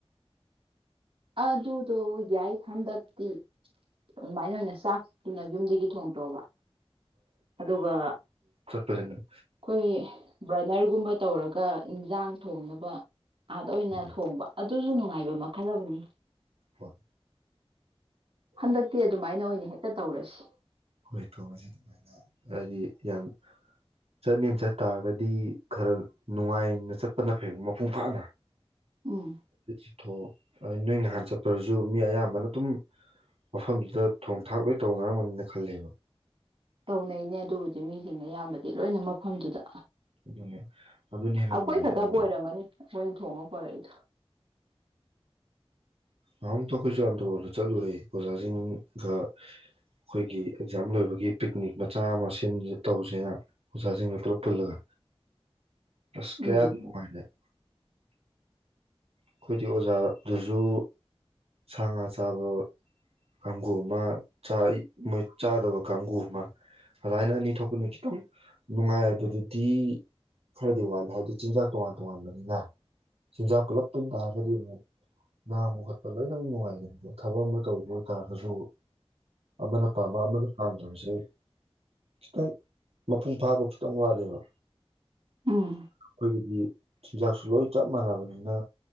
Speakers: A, on the right; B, on the right.
A: ꯑꯗꯨꯗꯣ ꯌꯥꯏ ꯍꯟꯗꯛꯇꯤ ꯑꯗꯨꯃꯥꯏꯅ ꯑꯣꯏꯅ ꯆꯥꯛ ꯑꯗꯨꯅ ꯌꯨꯝꯗꯒꯤ ꯊꯣꯡꯗꯣꯕ ꯑꯗꯨꯒ
B: ꯐꯖ
A: ꯑꯩꯈꯣꯏ ꯕ꯭ꯔꯅꯔꯒꯨꯝꯕ ꯇꯧꯔꯒ ꯏꯟꯖꯥꯡ ꯊꯣꯡꯅꯕ ꯑꯥꯗ ꯑꯣꯏꯅ
B: ꯎꯝ
A: ꯊꯣꯡꯕ ꯑꯗꯨ ꯑꯗꯨꯨꯁꯨ ꯅꯨꯡꯉꯥꯏꯕ ꯃꯈꯜ ꯑꯃꯅꯤ
B: ꯍꯣꯏ
A: ꯍꯟꯗꯛꯇꯤ ꯑꯗꯨꯃꯥꯏꯅ ꯑꯣꯏꯅ ꯍꯦꯛꯇ ꯇꯧꯔꯁꯤ
B: ꯍꯣꯏ ꯇꯣꯡꯉꯁꯦ ꯑꯗꯨꯃꯥꯏꯅ ꯍꯥꯏꯗꯤ ꯌꯥꯝ ꯆꯠꯅꯤꯡ ꯆꯠ ꯇꯥꯔꯒꯗꯤ ꯈꯔ ꯅꯨꯡꯉꯥꯏꯅ ꯆꯠꯄꯅ ꯐꯩꯕ ꯃꯄꯨꯡ ꯐꯥꯅ
A: ꯎꯝ
B: ꯆꯠꯁ ꯑꯣ ꯅꯣꯏ ꯅꯍꯥꯟ ꯆꯠꯄꯔꯁꯨ ꯃꯤ ꯑꯌꯥꯝꯕꯅ ꯑꯗꯨꯝ ꯃꯐꯝꯗꯨꯗ ꯊꯣꯡ ꯊꯥꯛ ꯂꯣꯏ ꯇꯧꯅꯔꯝꯒꯅꯤꯅ ꯈꯜꯂꯦꯕ
A: ꯇꯧꯅꯩꯅꯦ ꯑꯗꯨꯕꯨꯗꯤ ꯃꯤꯁꯤꯡꯅ ꯑꯌꯥꯝꯕꯗꯤ ꯂꯣꯏꯅ ꯃꯐꯝꯗꯨꯗ
B: ꯑꯗꯨꯅꯦ ꯑꯗꯨꯅ ꯍꯦꯟꯅ
A: ꯑꯩꯈꯣꯏ
B: ꯅꯨꯡꯉꯥꯏꯗꯣꯏꯅꯦꯕ
A: ꯈꯛꯇꯕꯨ ꯑꯣꯏꯔꯝꯒꯅꯤ ꯑꯩꯈꯣꯏꯅ ꯊꯣꯡꯉ ꯄꯨꯣꯔꯛꯏ
B: ꯎꯝ ꯑ ꯇꯈꯣꯏꯁꯨ ꯑꯟꯗ꯭ꯔꯣꯗ ꯆꯠꯂꯨꯔꯦ ꯑꯣꯖꯥꯁꯤꯡꯒ ꯑꯩꯈꯣꯏꯒꯤ ꯑꯦꯛꯖꯥꯝ ꯂꯣꯏꯕꯒꯤ ꯄꯤꯛꯅꯤꯛ ꯃꯆꯥ ꯑꯃ ꯁꯤꯟ ꯇꯧꯁꯦꯅ ꯑꯣꯖꯥꯁꯤꯡꯒ ꯄꯨꯂꯞ ꯄꯨꯜꯂꯒ ꯇꯁ ꯀꯌꯥꯗ
A: ꯎꯝ
B: ꯃꯅꯨꯡꯉꯥꯏꯦ ꯑꯩꯈꯣꯏꯗꯤ ꯑꯣꯖꯥꯗꯨꯁꯨ ꯁꯥ ꯉꯥ ꯆꯥꯕ ꯀꯥꯡꯒꯨ ꯑꯃ ꯃꯣꯏ ꯆꯥꯗꯕ ꯀꯥꯡꯕꯨꯨ ꯑꯃ ꯑꯗꯨꯥꯏꯅ ꯑꯅꯤ ꯊꯣꯛꯄꯅꯤ ꯈꯤꯇꯪ ꯅꯨꯡꯉꯥꯏꯕꯗꯨꯗꯤ ꯈꯔꯗꯤ ꯋꯥꯠꯂꯦ ꯍꯥꯏꯕꯗꯤ ꯆꯤꯟꯖꯥꯛ ꯇꯣꯉꯥꯟ ꯇꯣꯉꯥꯟꯕꯅꯤꯅ ꯆꯤꯟꯖꯥꯛ ꯄꯨꯂꯞ ꯨꯝ ꯇꯥꯔꯒꯗꯤ ꯑꯃꯨꯛ ꯉꯥꯡꯕ ꯈꯣꯠꯄ ꯂꯣꯏꯅꯃꯛ ꯅꯨꯡꯉꯥꯏꯒꯅꯀꯣ ꯊꯕꯛ ꯑꯃ ꯇꯧꯕ ꯑꯣꯏꯇꯥꯥꯔꯒꯁꯨ ꯑꯃꯅ ꯄꯥꯝꯕ ꯑꯃꯅ ꯄꯥꯝꯗꯕꯁꯦ ꯈꯤꯇꯪ ꯃꯄꯨꯡ ꯐꯥꯕ ꯈꯤꯇꯪ ꯋꯥꯠꯂꯦꯕ
A: ꯎꯝ
B: ꯑꯩꯈꯣꯏꯒꯤꯗꯤ ꯆꯤꯟꯖꯥꯛꯁꯨ ꯂꯣꯏ ꯆꯞ ꯃꯥꯟꯅꯕꯅꯤꯅ